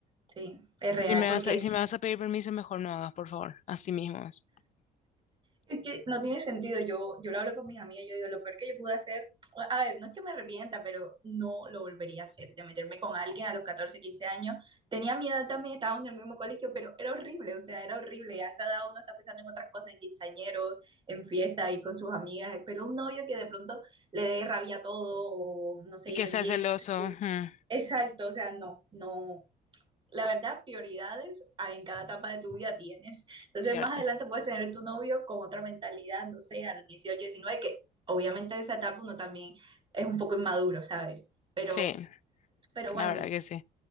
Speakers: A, on the right (about 30°); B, on the left (about 45°).
A: sí, es real,
B: Y si me
A: porque
B: vas a, y si me vas a pedir permiso, mejor no hagas, por favor, así mismo es.
A: es que no tiene sentido. Yo, yo lo hablo con mis amigas, yo digo, lo peor que yo pude hacer, a ver, no es que me arrepienta, pero no lo volvería a hacer, de meterme con alguien a los 14 15 años. Tenía mi edad también, estaba en el mismo colegio, pero era horrible, o sea, era horrible. A esa edad uno está pensando en otras cosas, en quinceañeros, en fiestas y con sus amigas, pero un novio que de pronto le dé rabia a todo o no se
B: Y
A: lleven
B: que sea
A: bien,
B: celoso,
A: entonces,
B: mm,
A: exacto, o sea, no, no. la verdad, prioridades en cada etapa de tu vida tienes. Entonces,
B: cierto.
A: más adelante puedes tener tu novio con otra mentalidad, no sé, a los 18 19 que obviamente en esa etapa uno también es un poco inmaduro, ¿sabes? Pero,
B: Sí,
A: pero
B: la
A: bueno,
B: verdad que sí.